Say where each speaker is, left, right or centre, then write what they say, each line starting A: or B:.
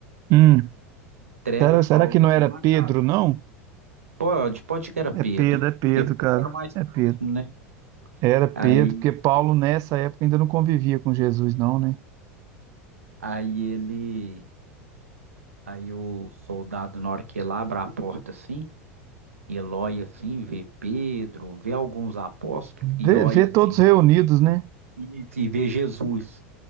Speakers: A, on the right; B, on the right.
A: Hum.
B: entrega
A: Será,
B: Paulo
A: será que
B: que
A: não
B: tá
A: era
B: numa
A: Pedro,
B: casa.
A: não?
B: Pode, pode que era
A: É
B: Pedro,
A: Pedro, é Pedro,
B: porque Pedro
A: cara.
B: era o mais
A: É Pedro.
B: próximo, né?
A: Era Pedro,
B: Aí,
A: porque Paulo nessa época ainda não convivia com Jesus, não, né?
B: aí ele, aí o soldado, na hora que ele abre a porta assim, ele olha assim, vê Pedro, vê alguns apóstolos e
A: Vê,
B: olha
A: vê todos
B: assim, vê
A: reunidos, né?
B: Isso, e vê Jesus.